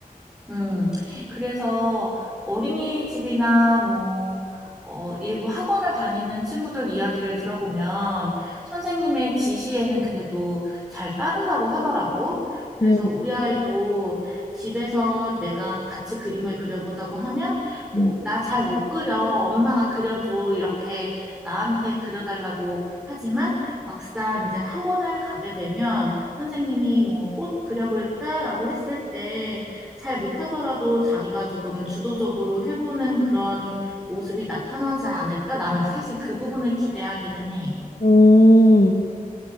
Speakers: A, in the centre; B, on the left.
A: 음, 그래서 어린이집이나 뭐, 어, 일부 학원을 다니는 친구들 이야기를 들어보면 선생님의 지시에는 그래도 잘 따른다고 하더라고. 그래서
B: 음,
A: 우리 아이도 집에서 내가 같이 그림을 그려보자고 하면 뭐,
B: 음.
A: 나 잘 못 그려. 엄마가 그려줘. 이렇게 나한테 그려달라고 하지만 막상 이제 학원을 가게 되면 선생님이 뭐, 꽃 그려볼까라고 했을 때 잘 못하더라도 자기가 조금 주도적으로 해보는 그런 모습이 나타나지 않을까? 나는 사실 그 부분을 기대하기는 해.
B: 음,